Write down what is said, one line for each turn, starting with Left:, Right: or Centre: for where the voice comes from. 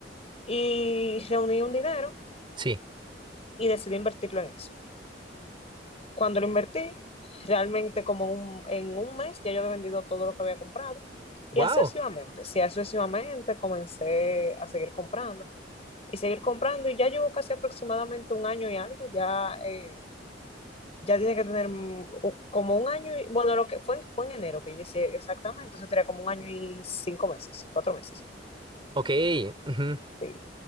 Left: y reuní un dinero
Right: Sí.
Left: y decidí invertirlo en eso. Cuando lo invertí, realmente como un- en un mes ya yo había vendido todo lo que había comprado y
Right: Wow.
Left: sucesivamente, sí, sucesivamente comencé a seguir comprando y seguir comprando y ya llevo casi aproximadamente un año y algo, ya, eh, ya tiene que tener mm, u- como un año, y, bueno, lo que fue en, fue en enero que yo hice exactamente, entonces tenía como un año y cinco meses, cuatro meses,
Right: Ok. ujú.
Left: sí.